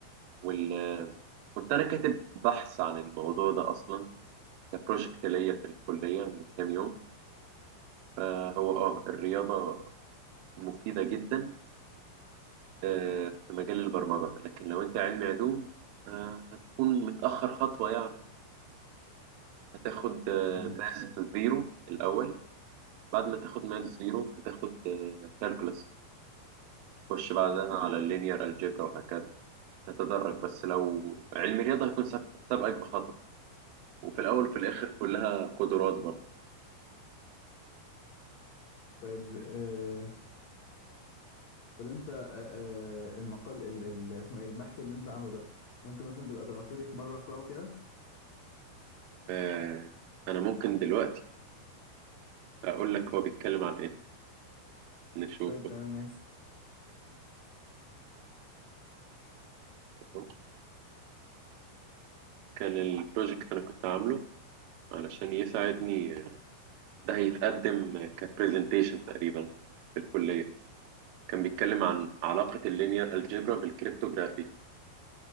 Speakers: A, on the right; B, on the left.
A: وال كنت أنا كاتب بحث عن الموضوع ده أصلا كبروجكت ليا في الكلية من كام يوم فهو آه الرياضة مفيدة جدا آه، في مجال البرمجة لكن لو أنت علمي علوم آه، هتكون متأخر خطوة يعني هتاخد آه،
B: مم.
A: ماس زيرو الأول بعد ما تاخد ماس زيرو هتاخد كالكولس تخش بعدها على اللينير الجبرا وهكذا تتدرج بس لو علم رياضة هيكون سابق- سابقك بخطوة وفي الأول وفي الآخر كلها قدرات برضه
B: طيب آه طب انت آه آه، المقال ال- ال- اسمه ايه البحث اللي انت عامله ده ممكن مثلا تبقى تبعته لي في مره اقراه كده
A: آه انا ممكن دلوقتي اقول لك هو بيتكلم عن ايه نشوفه
B: طيب تمام ماشي
A: تمام؟ كان البروجكت انا كنت عامله علشان يساعدني ده هيتقدم كبرزنتيشن تقريبا في الكلية كان بيتكلم عن علاقة اللينير الجبرا بالكريبتوغرافي